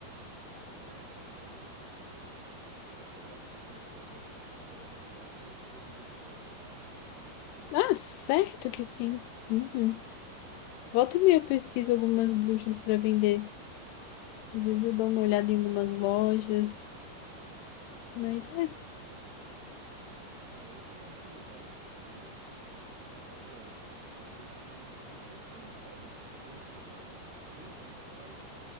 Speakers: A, on the right (about 65°); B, on the left (about 80°).
A: É, então as próximas aí que tu for comprando ou ganhar, tu vai poder dizer, vou adicionar a minha coleção de bruxas.
B: Ah, certo que sim. Uhum.
A: Ah,
B: Volta e meia eu pesquiso algumas bruxas para vender. Às vezes eu dou uma olhada em algumas lojas. Mas é.
A: ah. Ah, eu, eu acho legal, assim, pelo menos. Dá pra, dá pra gente. Não, não chega a ser um hobby, porque colecionar não. Tem gente, claro que,